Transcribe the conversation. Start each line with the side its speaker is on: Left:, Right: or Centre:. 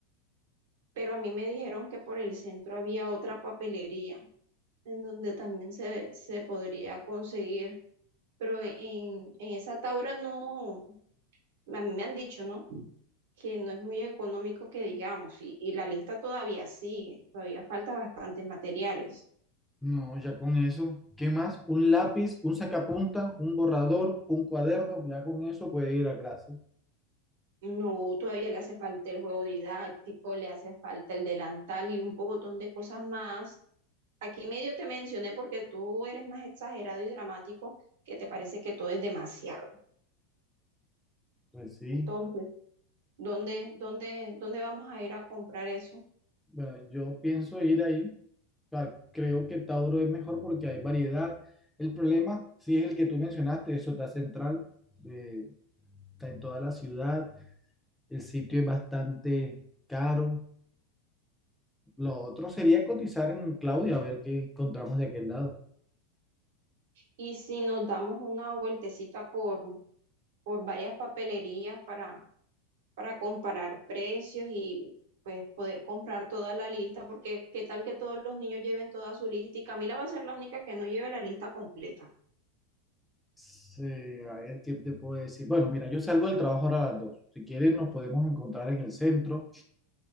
Right: pero a mí me dijeron que por el centro había otra papelería en donde también se, se podría conseguir, pero en, en esa Taura no, a mí me han dicho, ¿no? que no es muy económico que digamos, y, y la lista todavía sigue, todavía falta bastantes materiales.
Centre: No, ya con eso. ¿Qué más? Un lápiz, un sacapunta, un borrador, un cuaderno. Ya con eso puede ir a clase.
Right: No, todavía le hace falta el juego didáctico, le hace falta el delantal y un pocotón de cosas más. Aquí medio te mencioné porque tú eres más exagerado y dramático, que te parece que todo es demasiado.
Centre: Pues sí.
Right: Entonces, ¿dónde, dónde, dónde vamos a ir a comprar eso?
Centre: Bueno, yo pienso ir ahí. O sea, creo que Tauro es mejor porque hay variedad. El problema, sí, es el que tú mencionaste. Eso está central. eh, está en toda la ciudad. El sitio es bastante caro. Lo otro sería cotizar en Claudia a ver qué encontramos de aquel lado.
Right: Y si nos damos una vueltecita por, por varias papelerías para para comparar precios y pues poder comprar toda la lista, porque qué tal que todos los niños lleven toda su lista y Camila va a ser la única que no lleve la lista completa.
Centre: Sí, a ver, ¿qué te puedo decir? Bueno, mira, yo salgo del trabajo ahora a las dos Si quieres, nos podemos encontrar en el centro.